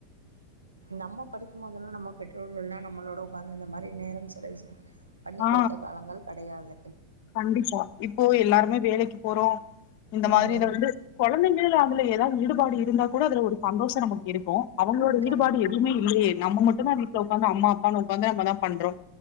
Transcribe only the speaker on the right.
நம்ம படிக்கும் போதெல்லாம் நம்ம பெற்றோர்கள் எல்லா நம்மளோட உக்காந்து இந்த மாரி நேரம் செலவு செஞ் பண்ணி
குடுத்த காலங்கள் கிடையாது
ம்
கண்டிப்பா